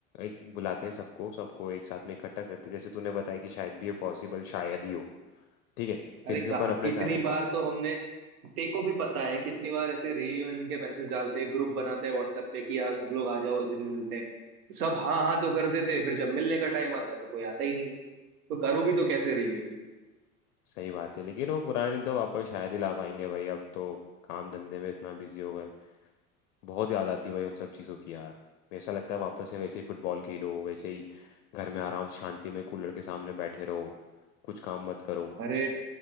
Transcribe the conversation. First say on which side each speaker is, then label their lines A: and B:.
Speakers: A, on the left; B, on the right.
A: एक बुलाते हैं सबको सबको एक साथ में इकट्ठा करते हैं। जैसे तूने बताया कि शायद भी ये पॉसिबल शायद ही हो ठीक है फिर
B: अरे
A: भी
B: कहाँ
A: अपन अपने
B: कितनी
A: सारे
B: बार तो हमने ते को भी पता है कितनी बार ऐसे रीयूनियन के मैसेज डालते हैं ग्रुप बनाते हैं व्हाट्सएप पे कि यार सब लोग आ जाओ इस दिन मिलते हैं सब हाँ हाँ तो कर देते हैं फिर जब मिलने का टाइम आता है तो कोई आता ही नहीं है तो करूँ भी तो कैसे रीयूनियन
A: सही बात है लेकिन वो पुराने दिन तो वापस शायद ही ला पाएंगे भाई अब तो काम धंधे में इतना बिजी हो गए बहुत याद आती है भाई उन सब चीज़ों की यार ऐसा लगता है वापस से वैसे ही फुटबॉल खेलो वैसे ही घर में आराम से शांति में कूलर के सामने बैठे रहो कुछ काम मत करो
B: अरे